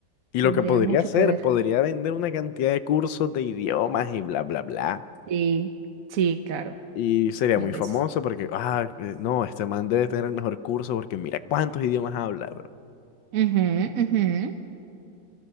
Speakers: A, on the left (about 90°); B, on the right (about 55°).
A: Y
B: Tendría
A: lo que podría
B: mucho
A: hacer,
B: poder.
A: podría vender una cantidad de cursos de idiomas y bla, bla, bla.
B: Sí, sí, claro,
A: Y sería
B: mil
A: muy
B: veces.
A: famoso porque, ah, eh, no, este man debe tener el mejor curso porque mira cuántos idiomas habla. bro".
B: Ujú, ujú.